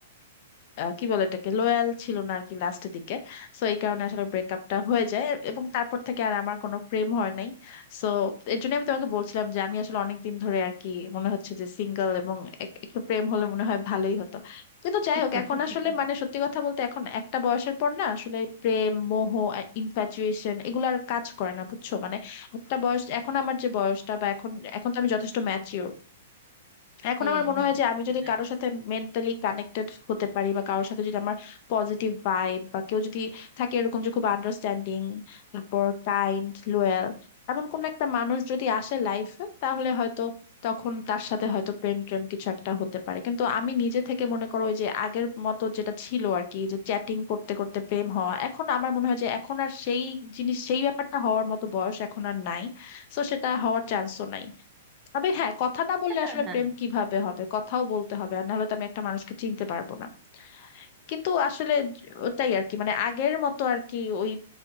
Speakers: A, on the left; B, on the right.
A: আহ, কি বলে এটাকে লয়াল ছিল না আর কি লাস্টের দিকে সো এই কারণে আসলে ব্রেকআপটা হয়ে যায় এবং তারপর থেকে আর আমার কোনো প্রেম হয় নাই সো এর জন্য আমি তোমাকে বলছিলাম যে আমি আসলে অনেক দিন ধরে আর কি মনে হচ্ছে যে সিঙ্গেল এবং এক- একটু প্রেম হলে মনে হয় ভালোই হতো কিন্তু যাই
B: <laughs>
A: হোক এখন আসলে মানে সত্যি কথা বলতে এখন একটা বয়সের পর না আসলে প্রেম মোহ ইনফ্যাচুয়েশন এগুলো আর কাজ করে না বুঝছো মানে একটা বয়স এখন আমার যে বয়সটা বা এখন এখন তো আমি যথেষ্ট ম্যাচিওর এখন
B: হুম
A: আমার মনে
B: হুম
A: হয় যে আমি
B: সেটাই
A: যদি কারোর সাথে মেন্টালি কানেক্টেড হতে পারি বা কারোর সাথে যদি আমার পজিটিভ ভাইব বা কেউ যদি থাকে এরকম যে খুব আন্ডারস্ট্যান্ডিং তারপর কাইন্ড লোয়াল এমন কোন একটা মানুষ যদি আসে লাইফে তাহলে হয়তো তখন তার সাথে হয়তো প্রেম প্রেম কিছু একটা হতে পারে কিন্তু আমি নিজে থেকে মনে করো ওই যে আগের মতো যেটা ছিল আর কি যে চ্যাটিং করতে করতে প্রেম হওয়া এখন আমার মনে হয় যে এখন আর সেই জিনিস সেই ব্যাপারটা হওয়ার মতো বয়স এখন আর নাই তো সেটা হওয়ার চান্সও নাই তবে হ্যাঁ কথা না বললে
B: হ্যাঁ
A: আসলে
B: হ্যাঁ
A: প্রেম কিভাবে হবে কথাও বলতে হবে আর নাহলে তো আমি একটা মানুষকে চিনতে পারবো না কিন্তু আসলে জ- ওটাই আর কি মানে আগের মতো আর কি ওই